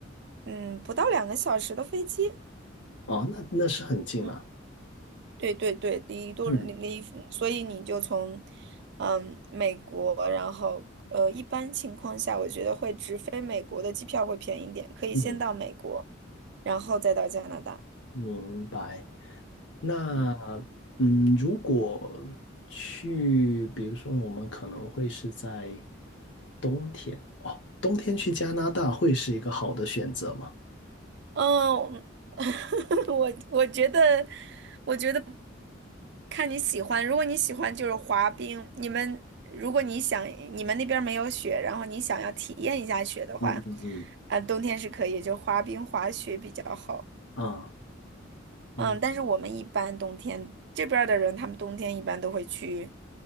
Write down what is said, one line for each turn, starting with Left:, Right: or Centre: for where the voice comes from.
Right: 嗯不到两个小时的飞机。
Left: 哦，那那是很近了。
Right: 嗯，对对对，离多离离，
Left: 嗯。
Right: 所以你就从嗯美国，然后呃一般情况下，我觉得会直飞美国的机票会便宜一点，可以先到美国，
Left: 嗯
Right: 然后再到加拿大。
Left: 明白。那
Right: 嗯。
Left: 嗯，如果去，比如说我们可能会是在冬天哦，冬天去加拿大会是一个好的选择吗？
Right: 嗯，<laughs> 我我觉得，我觉得看你喜欢。如果你喜欢就是滑冰，你们如果你想你们那边儿没有雪，然后你想要体验一下雪的话，
Left: 嗯嗯嗯。
Right: 啊、冬天是可以，就滑冰滑雪比较好。
Left: 啊，明
Right: 嗯，但是我们一般冬天这边儿的人，他们冬天一般都会去